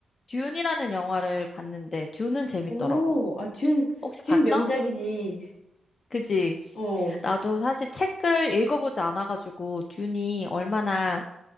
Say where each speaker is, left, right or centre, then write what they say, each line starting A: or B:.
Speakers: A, on the left (about 45°); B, on the left (about 70°).
A: 듄이라는 영화를 봤는데 듄은 재밌더라고.
B: 오, 아, 준,
A: 혹시
B: 준
A: 봤어?
B: 명작이지.
A: 그지?
B: 어,
A: 나도 사실 책을 읽어보지 않아가지고 듄이 얼마나